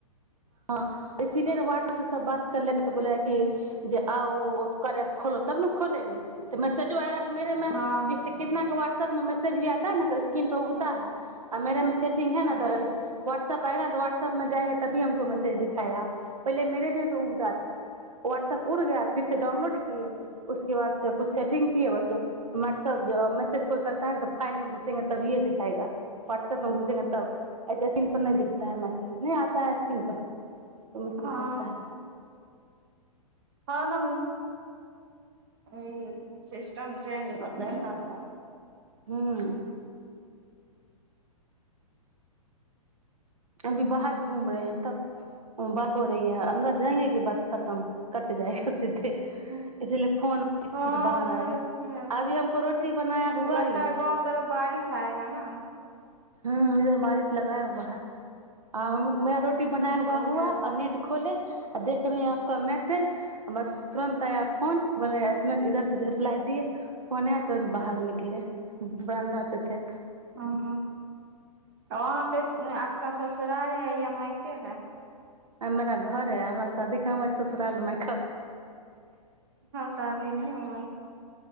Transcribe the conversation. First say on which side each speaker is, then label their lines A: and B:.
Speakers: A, on the right; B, on the right.
A: हँ इसीलिए ना वाटसप से सब बात कर ले तऽ बोल क जे आउ करे खोलो तब ने खोलेंगे तऽ मैसेजो आएगा मेरे मे
B: हँ
A: किस कितना क वाट वट्सप मे मेसेज भी आता है ना त स्क्रन पर उगता है आ मेरा मे सज सेटिंग है
B: हँ
A: न तऽ व्ा्सअप पर आयेगा ना त सब मे जाएंगे तभी हमको मैसेज दिखायेगा पहिले मेरे मे उगता था व्हाट्सऐप उड़ गय फिर से डाउनलोड किए उसके बाद से कुछ सेटिंग किए बस वा्सअप जो मेसेज कोइ कर टाइ फइल मे घुसंगे तभीयै दिखाएा व्ाट्सऐप मे घुसेंगे तब ऐस स्कीन पर नहि दिख है मै नहि आता है स्क्रन पर तब मैसेज
B: हँ
A: भेजता है
B: <unintelligible> एक ई सिस्टम चेंज होते रह
A: ह्म अभी बाहर घूम रहे है तब बात हो रही ह अन्दर जाएंगे की बात खतम कट जाएगा सीधे
B: हँ
A: इसीलिए फोन
B: वो
A: बाहर आए
B: तो है
A: अभी हमको रोटी बनाया हुआ
B: तो लगता
A: ही
B: है गाँव तरफ बारिश आएगा न
A: ह इधर बारिश लगाया हुआ है आ मे रोटी बनाय हुआ
B: पड़
A: हुआ
B: जाएगा
A: आओर
B: ठीक
A: नेट खोले आ देख रहेैं है का मैसेज हमस तुरन्त आया फोन बोलै इधर से रिप्लाई दिय फोन आ तुरन्त बाहर निकले बरन्दा पे थे
B: हँ वहाँ पे आपका ससुराल है या मायके है
A: हमरा घरे हमरा शादि काहा हुआ है ससुराल मे
B: हँ शादी नहि हुआ